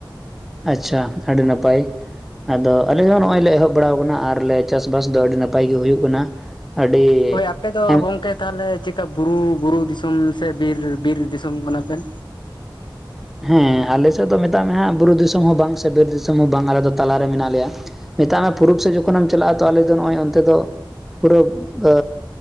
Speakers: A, in the centre; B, on the left (about 65°).
A: ᱟᱪᱪᱷᱟ ᱟᱹᱰᱤ ᱱᱟᱯᱟᱭ ᱟᱫᱚ ᱟᱞᱮ ᱦᱚᱸ ᱱᱚᱜᱼᱚᱭ ᱞᱮ ᱮᱦᱚᱵ ᱵᱟᱲᱟᱣ ᱟᱠᱟᱱᱟ ᱟᱨᱞᱮ ᱪᱟᱥᱵᱥ ᱫᱚ ᱟᱹᱰᱤ ᱱᱟᱯᱟᱭ ᱜᱮ ᱦᱩᱭᱩᱜ ᱠᱟᱱᱟ, ᱟᱹᱰᱤ
B: ᱦᱳᱭ ᱟᱯᱮ ᱫᱚ
A: ᱮᱢ
B: ᱜᱚᱢᱠᱮ ᱛᱟᱦᱚᱞᱮ ᱪᱮᱠᱟ ᱵᱩᱨᱩ ᱵᱩᱨᱩ ᱫᱤᱥᱚᱢ ᱥᱮ ᱵᱤᱨ ᱵᱤᱨ ᱫᱤᱥᱚᱢ ᱠᱟᱱᱟ ᱵᱮᱱ?
A: ᱦᱮᱸ ᱟᱞᱮ ᱥᱮᱫ ᱫᱚ ᱢᱮᱛᱟᱜ ᱢᱮ ᱦᱟᱸᱜ ᱵᱩᱨᱩ ᱫᱤᱥᱚᱢ ᱦᱚᱸ ᱵᱟᱝ ᱥᱮ ᱵᱤᱨ ᱫᱤᱥᱚᱢ ᱦᱚᱸ ᱵᱟᱝ ᱟᱞᱮ ᱫᱚ ᱛᱟᱞᱟ ᱨᱮ ᱢᱮᱱᱟᱜ ᱞᱮᱭᱟ᱾ ᱢᱮᱛᱟᱜ ᱢᱮ ᱯᱩᱨᱩᱵ ᱥᱮᱫ ᱡᱚᱠᱷᱚᱱᱮᱢ ᱪᱟᱞᱟᱜᱼᱟ ᱛᱚ ᱟᱞᱮ ᱫᱚ ᱱᱚᱜᱼᱚᱭ ᱚᱱᱛᱮ ᱫᱚ ᱯᱩᱨᱟᱹ ᱟᱻ